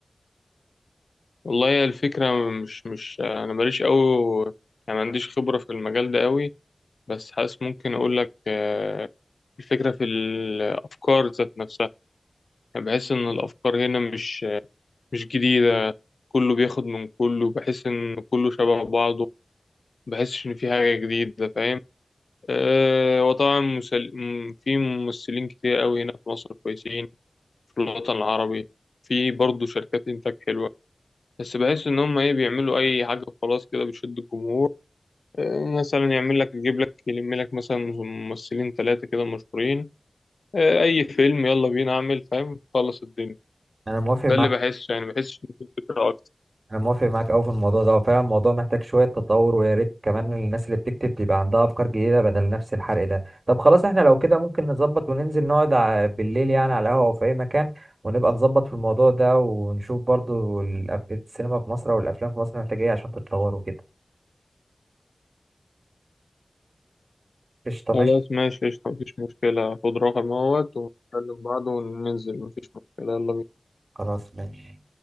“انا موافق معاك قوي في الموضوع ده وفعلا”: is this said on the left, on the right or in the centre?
Right